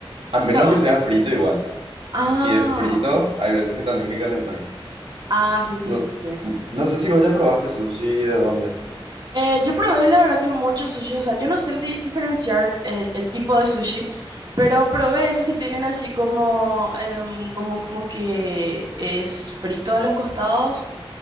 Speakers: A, on the right; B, on the right.
A: a menos
B: Pero,
A: que sea frito igual.
B: ah,
A: Si es frito, hay veces que tenés que calentar.
B: ah, sí, sí, sí,
A: No,
B: sí. sí.
A: no sé si vos ya probaste sushi y de dónde.
B: Eh, yo probé, la verdad, que muchos sushi, o sea, yo no sé di- diferenciar el, el tipo de sushi, pero probé esos que tienen así como, em, como, como que es frito a los costados.